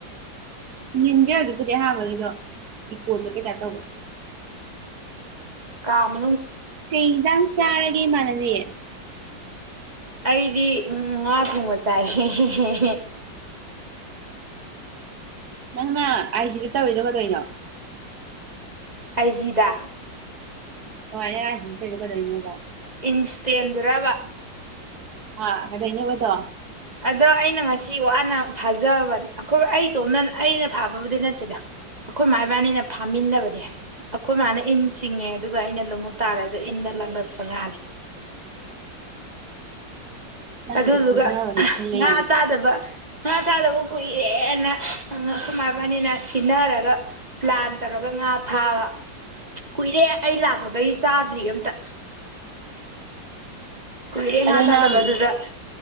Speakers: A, on the right; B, on the right.
A: ꯅꯤꯟꯒꯦ ꯍꯧꯖꯤꯛꯀꯤꯗꯤ ꯑꯍꯥꯟꯕꯒꯤꯗꯨ ꯏꯀꯣ ꯆꯠꯄꯩ ꯇꯥꯏꯞ ꯇꯧꯕ꯭ꯔꯥ
B: ꯀꯥꯝ
A: ꯀꯩ ꯏꯟꯖꯥꯡ ꯆꯥꯔꯒꯦ ꯏꯃꯥꯟꯅꯕꯤ
B: ꯑꯩꯗꯤ ꯉꯥ ꯊꯣꯡꯕ ꯆꯥꯏꯍꯦꯍꯦꯍꯦ
A: ꯅꯪꯅ ꯑꯥꯏ ꯖꯤꯗ ꯇꯧꯔꯤꯗꯣ ꯀꯗꯣꯏꯅꯣ
B: ꯑꯥꯏ ꯖꯤꯗ
A: ꯑꯣ ꯑꯥꯏ ꯑꯥꯏ ꯖꯤꯗ ꯇꯣꯏꯗꯨ ꯀꯩꯗꯣꯏꯅꯣꯕ
B: ꯏꯟꯁꯇꯦꯟꯗꯨꯔꯥꯕ
A: ꯑ ꯀꯗꯣꯏꯅꯣꯕ ꯑꯗꯣ
B: ꯑꯗꯣ ꯑꯩꯅ ꯉꯁꯤ ꯋꯥꯅ ꯐꯥꯖꯕ ꯑꯩꯈꯣꯏ ꯑꯩꯇꯣꯝꯗ ꯑꯩꯅ ꯐꯥꯕꯕꯨꯗꯤ ꯅꯠꯇꯦꯗ ꯑꯩꯈꯣꯏ ꯃꯥꯥꯏꯕꯥꯅꯤꯅ ꯐꯥꯃꯤꯟꯅꯕꯅꯦ ꯑꯩꯈꯣꯏ ꯃꯥ ꯅ ꯏꯟ ꯆꯤꯡꯉꯦ ꯑꯗꯨꯒ ꯑꯩꯅ ꯂꯣꯡꯍꯨꯞ ꯇꯥꯜꯂꯦ ꯑꯗꯨ ꯏꯟꯗ ꯂꯛꯂꯛꯄ ꯉꯥꯅꯤ
A: ꯅꯪꯒꯤꯗꯨ
B: ꯑꯗꯨꯗꯨꯒ
A: ꯁꯤꯡꯅꯕꯅꯦ
B: ꯑ
A: ꯑꯩꯈꯣꯏ ꯃꯌꯥꯝꯗꯣ
B: ꯉꯥ ꯆꯥꯗꯕ ꯉꯥ ꯆꯥꯗꯕ ꯀꯨꯏ ꯀꯨꯏꯔꯦꯅ ꯑꯅ ꯑꯈꯣꯏ ꯃꯥ ꯏꯕꯥꯅꯤꯅ ꯁꯤꯟꯅꯔꯒ ꯄ꯭ꯂꯥꯟ ꯇꯧꯔꯒ ꯉꯥ ꯐꯥꯕ ꯀꯨꯏꯔꯦ ꯑꯩ ꯂꯥꯛꯄꯗꯒꯤ ꯆꯥꯗ꯭ꯔꯤ ꯑꯝꯇ ꯀꯨꯏꯔꯦ ꯉꯥ
A: ꯑꯗꯣ
B: ꯆꯥꯗꯕ
A: ꯅꯪ
B: ꯑꯗꯨꯗ